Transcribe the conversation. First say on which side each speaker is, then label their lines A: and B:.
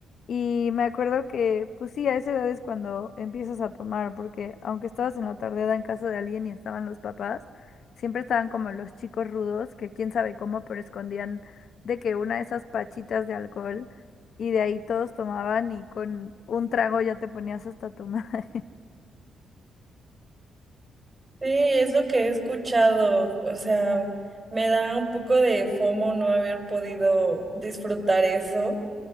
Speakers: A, on the left; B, on the right.
A: y me acuerdo que, pues sí, a esa edad es cuando empiezas a tomar, porque aunque estabas en la tardeada en casa de alguien y estaban los papás, siempre estaban como los chicos rudos, que quién sabe cómo, pero escondían de que una de esas pachitas de alcohol y de ahí todos tomaban y con un trago ya te ponías hasta tu madre.
B: Sí, es lo que he escuchado. O sea, me da un poco de FOMO no haber podido disfrutar eso.